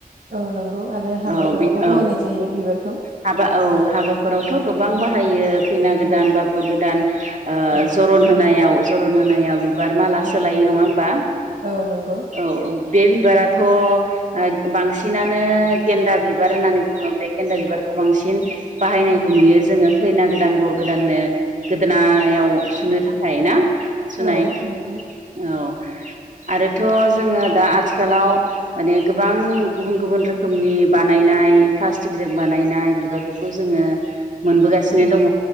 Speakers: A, on the right; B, on the right.
A: औ नंगौ आरो हाबाफोरावबो
B: औ बि औ
A: बाहायनाय जायो बिबारखौ
B: हाबा औ हाबाफोरावथ' गोबां बाहायो खैना गो
A: औ
B: दानबा बरगोदान ओ
A: औ
B: जरन होनायाव जरन होनायाव बिबार माला
A: औ
B: सोलायो नङा होमबा?
A: औ नंगौ
B: औ, बे बिबाराथ' ओ बांसिनानो गेन्दा बिबार होननानै बुङो बे गेन्दा बिबारखौ बांसिन बाहायनायखौ
A: औ
B: नुयो जोङो। खैना गोदान बर गोदाननो गोदोनायाव सोनो थाखाय ना? सोनाय,
A: औ नंगौ
B: औ आरोथ' जोङो दा आ थिखालाव माने गोबां गुबुन गुबुन रोखोमनि बानायनाय प्लास्टिकजों बानायनाय बिबारफोरखौ जोङो मोनबोगासिनो
A: उम
B: दङ।